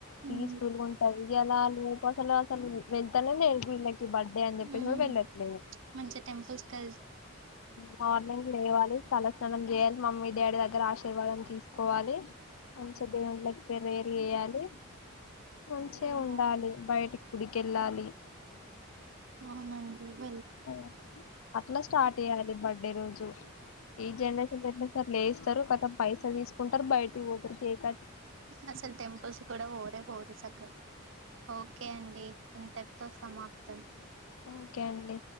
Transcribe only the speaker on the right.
ఉం
ఉం
మంచిగ టెంపుల్స్ కె
ఉమ్
అవునండి <inaudible>
అసల్ టెంపుల్స్ కూడ పోదే పోదు సక్కగ ఓకే అండి ఇంతటితో సమాప్తం